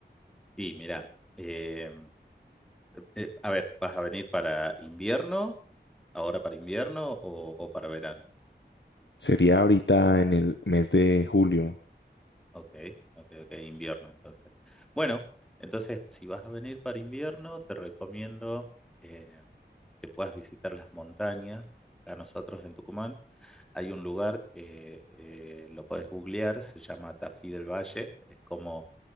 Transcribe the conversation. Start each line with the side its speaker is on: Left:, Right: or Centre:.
Centre: Sí, mira, eh, eh, a ver, ¿vas a venir para invierno? ¿Ahora para invierno o, o para verano?
Left: Sería ahorita en el mes de julio.
Centre: Ok, ok, ok, invierno entonces. Bueno, entonces si vas a venir para invierno, te recomiendo eh, que puedas visitar las montañas. Acá nosotros en Tucumán hay un lugar que eh, lo podés googlear, se llama Tafí del Valle. Es como